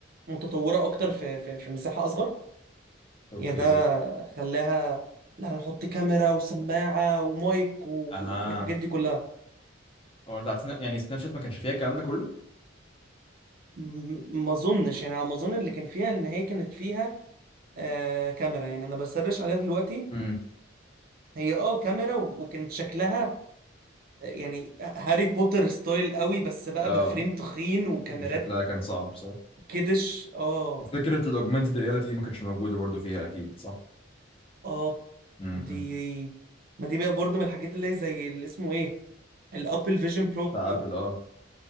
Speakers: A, on the right; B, on the left.
A: متطوره اكتر في في, في مساحه اصغر
B: اوكي
A: يا ده خلاها لا هنحط كاميرا وسماعة ومايك و...
B: اها
A: والحاجات دي كلها
B: هو بتاعت سناب يعني سناب شات ما كانش فيها الكلام ده كله
A: م- ما اظنش يعني على ما اظن اللي كان فيها ان هي كانت فيها آه كاميرا يعني انا بسرش عليها دلوقتي
B: امم
A: هي اه كاميرا و... وكانت شكلها آه، يعني هاري بوتر ستايل قوي بس بقى
B: اه
A: بفريم تخين وكاميرات
B: ده شكلها كان صعب بصراحه
A: كدش اه
B: وفكره الاوجمانتد رياليتي دي ما كانتش موجوده برضو فيها اكيد صح
A: اه
B: امم
A: دي ما دي بقى برضو من الحاجات اللي هي زي اللي اسمه ايه الابل فيجن برو
B: بتاع ابل اه